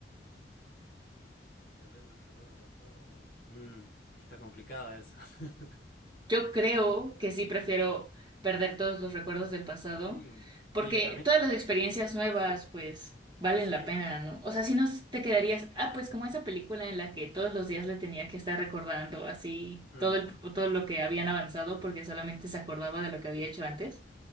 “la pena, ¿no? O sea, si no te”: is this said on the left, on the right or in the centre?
Right